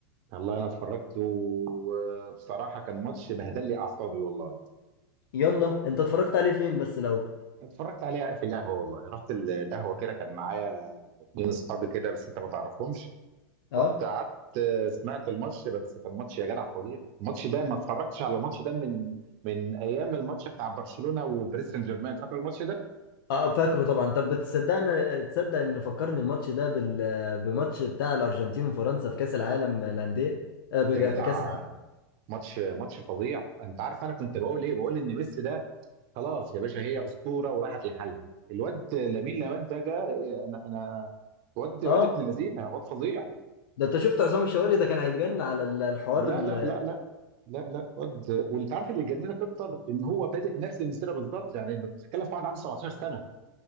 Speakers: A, on the right; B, on the left.
A: والله انا اتفرجت وبصراحه كان ماتش بهدل لي اعصابي والله
B: يلا انت اتفرجت عليه فين بس الاول
A: اتفرجت عليه في القهوه والله رحت ال- القهوه كده كان معايا اتنين اصحابي كده بس انت ما تعرفهمش
B: اه
A: رحت قعدت سمعت الماتش بس كان ماتش يا جدع فظيع الماتش ده ما اتفرجتش على الماتش ده من من ايام الماتش بتاع برشلونه وباريس سان جيرمان فاكر الماتش ده
B: اه فاكره طبعا طب بتصدقني تصدق ان فكرني الماتش ده بال... بماتش بتاع الارجنتين وفرنسا في كأس العالم للأندية آه، بج-
A: يا جدع
B: في كأس العالم
A: ماتش ماتش فظيع انت عارف انا كنت بقول ايه بقول ان ميسي ده خلاص يا باشا هي اسطوره وراحت لحالها الواد لامين يامال ده جه انا انا واد واد
B: اه
A: ابن لذينه واد فظيع
B: ده انت شفت عصام الشوالي ده كان هيتجنن على ال- الحوار
A: لا
B: ال...
A: لا لا لا لا لا واد وانت عارف اللي يجننك اكتر ان هو بادئ نفس المسيره بالظبط يعني انت بتتكلم في واحد عنده 17 سنه